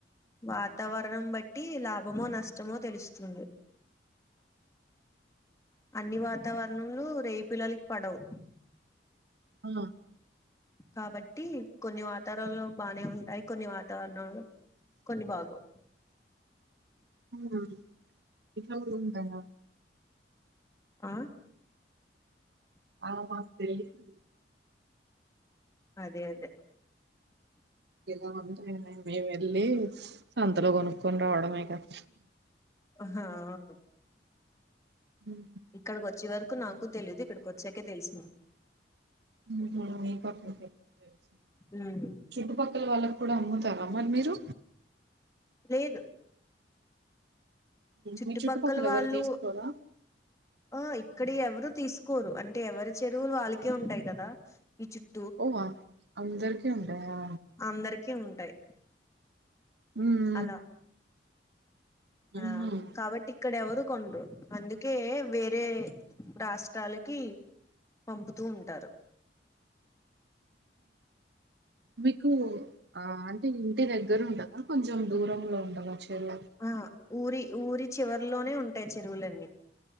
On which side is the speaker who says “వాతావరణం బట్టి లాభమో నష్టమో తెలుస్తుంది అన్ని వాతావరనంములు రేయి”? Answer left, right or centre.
Left